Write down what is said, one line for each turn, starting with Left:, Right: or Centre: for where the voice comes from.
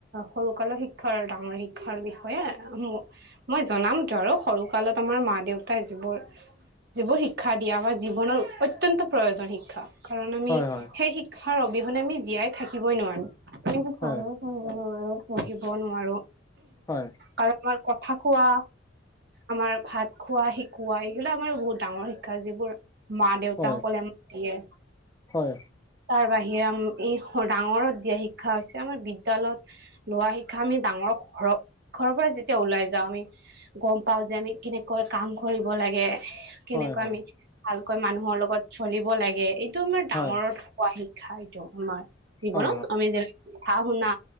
Right: সৰুকালৰ শিক্ষাৰ, ডাঙৰ শিক্ষাৰ বিষয়ে ম মই জনামতো আৰু সৰু কালত আমাৰ মা দেউতাই যিবোৰ যিবোৰ শিক্ষা দিয়া হয়, জীৱনৰ অত্যন্ত প্ৰয়োজন শিক্ষা। কাৰণ আমি
Left: হয় হয়
Right: সেই শিক্ষাৰ অবিহনে আমি জীয়াই থাকিবই নোৱাৰো। <unintelligible> কামো কৰিব
Left: হয়
Right: নোৱাৰো, পঢ়িব নোৱাৰো,
Left: হয়
Right: কাৰ আমাৰ কথা কোৱা, আমাৰ ভাত খোৱা শিকোৱা, এইগিলা আমাৰ বহুত ডাঙৰ শিক্ষা যিবোৰ মা দেউতাসকলে
Left: হয়
Right: আমাক দিয়ে।
Left: হয়।
Right: তাৰ বাহিৰে, এই ডাঙৰত দিয়া শিক <unintelligible> হৈছে আমাৰ বিদ্যালয়ত লোৱা শিক্ষা আমি ডাঙৰ, ঘৰ-ঘৰৰ পৰা যেতিয়া ওলাই যাওঁ আমি গম পাওঁ যে আমি কেনেকৈ কাম কৰিব লাগে। কেনেকৈ
Left: হয় হয়
Right: আমি ভালকৈ মানুহৰ লগত চলিব লাগে, এইটো আমাৰ
Left: হয়
Right: ডাঙৰত হোৱা শিক <unintelligible> আমাৰ জীৱনত
Left: হয়
Right: আমি যেনে কথা শুনা